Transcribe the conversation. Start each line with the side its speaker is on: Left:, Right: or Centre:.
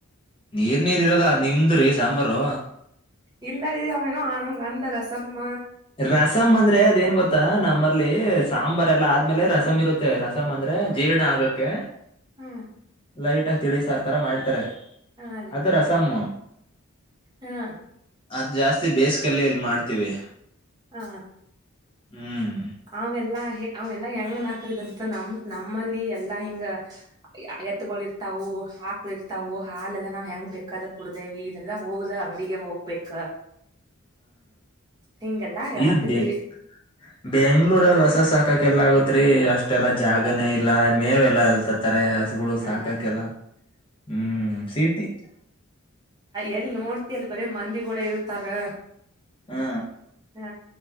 Left: ನೀರ್ ನೀರ್ ಇರಲ್ಲ ನಿಮ್ದ್ರಿ ಸಾಂಬಾರು
Right: ಇಲ್ಲಾರಿ ಅವೇನು ಹಂಗ್ ಅಂದ ರಸಮ್ಮ.
Left: ರಸಮ್ ಅಂದ್ರೆ ಅದೇನ್ ಗೊತ್ತಾ ನಮ್ಮಲ್ಲಿ ಸಾಂಬಾರ್ ಎಲ್ಲಾ ಆದ್ಮೇಲೆ ರಸಂ ಇರುತ್ ತ್ತೆ ರಸಂ ಅಂದ್ರೆ ಜೀರ್ಣ ಆಗಕ್ಕೆ
Right: ಹ್ಮ್
Left: ಲೈಟ್ ಆಗ್ ತಿಳಿಸಾರ್ ತರ ಮಾಡಿರ್ತರೆ.
Right: ಹಾ ರೀ
Left: ಅದು ರಸಮ್ಮ.
Right: ಹಾ
Left: ಅದ್ ಜಾಸ್ತಿ ಬೇಸ್ಗೆಲ್ಲಿ ಮಾಡ್ತೀವಿ.
Right: ಹಾ
Left: ಹ್ಮ್
Right: ಅವೆಲ್ಲಾ. ಅವೆಲ್ಲಾ ಹೆಂಗನ್ ಹಕರಿದಂತ ನಮ್ ನಮ್ಮಲ್ಲಿ ಎಲ್ಲಾ ಹಿಂಗ ಎತ್ತಗಳ ಇರ್ತ್ತಾವು. ಆಕ್ಳ ಇರುತ್ತವು ಹಾಲೆಲ್ಲ ಹೆಂಗ್ ಬೇಕಾದ್ ಕೊಡ್ದೇವಿ ಇಲ್ಲೆಲ್ಲಾ ಹೋದ್ರ ಅಂಗ್ಡಿಗೆ ಹೋಗ್ಬೇಕ. ಹಿಂಗೆಲ್ಲಾ ಹೇಳಾತಿದ್ರಿ
Left: ಇಲ್ಲಿ ಬೆಂಗ್ ಬೆಂಗ್ಳೂರಲ್ಲಿ ಹಸ ಸಾಕಕ್ ಎಲ್ ಆಗುತೆ. ರಿ ಅಷ್ಟೆಲ್ಲಾ ಜಾಗನೇ ಇಲ್ಲ ಮೇವೆಲ್ಲಾ ಎಲ್ ತತರೆ. ಹಸಗಳು ಸಾಕಕೆಲ್ಲ
Right: ಆ
Left: ಹ್ಮ್ ಸೀತಿ
Right: ಎಲ್ಲಿ ನೋಡ್ತಿ ಅಲ್ಲಿ ಬರಿೀ ಮಂದಿಗಳ ಇರ್ತಾರ
Left: ಹಾ
Right: ಹ